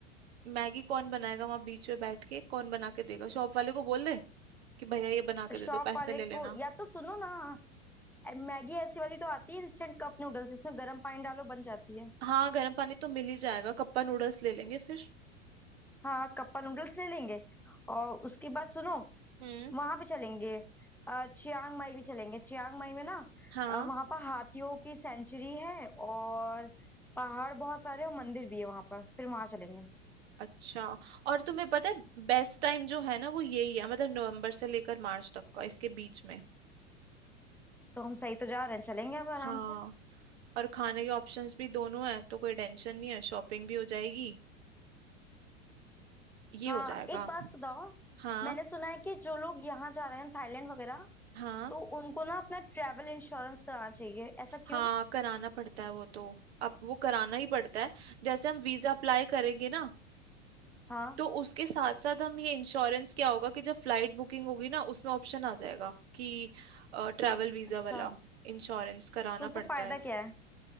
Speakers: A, on the right; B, in the centre.
A: मैगी कौन बनाएगा वहां बीच में बैठ के कौन बना के देगा शॉप वाले को बोल दे कि भैया ये बना के
B: शॉप
A: दे दो पैसे
B: वाले
A: ले
B: को
A: लेना
B: या तो सुनो ना अ, मैगी ऐसी वाली तो आती है इंस्टेंट कप नूडल्स जिसमें गर्म पानी डालो बन जाती है
A: हाँ गर्म पानी तो मिल ही जाएगा कप्पा नूडल्स ले लेंगे फिर
B: हाँ कप्पा नूडल्स ले लेंगे और उसके बाद सुनो
A: हम्म
B: वहां पे चलेंगे अ, चियांग माई भी चलेंगे चियांग माई में ना
A: हाँ
B: वहां पर हाथियों की सेंचुरी है और पहाड़ बहुत सारे और मंदिर भी है वहां पर फिर वहां चलेंगे
A: अच्छा और तुम्हें पता है बेस्ट टाइम जो है ना वो यही है मतलब नवंबर से लेकर मार्च तक का इसके बीच में
B: तो हम सही तो जा रहे हैं चलेंगे अब आराम
A: हाँ
B: से
A: और खाने के ऑप्शंस भी दोनों हैं तो कोई टेंशन नहीं है शॉपिंग भी हो जाएगी ये
B: हाँ
A: हो जाएगा
B: एक बात बताओ
A: हाँ
B: मैंने सुना है कि जो लोग यहाँ जा रहे हैं थाईलैंड वगैरह
A: हाँ
B: तो उनको ना अपना ट्रैवल इंश्योरेंस कराना चाहिए ऐसा
A: हाँ
B: क्यों
A: कराना पड़ता है वो तो अब वो कराना ही पड़ता है जैसे हम वीजा अप्लाई करेंगे ना
B: हाँ
A: तो उसके साथ साथ हम ये इंश्योरेंस क्या होगा कि जब फ्लाइट बुकिंग होगी ना उसमें ऑप्शन आ जाएगा कि ट्रैवल वीजा
B: अच्छा
A: वाला इंश्योरेंस कराना
B: तो उससे
A: पड़ता
B: फायदा
A: है
B: क्या है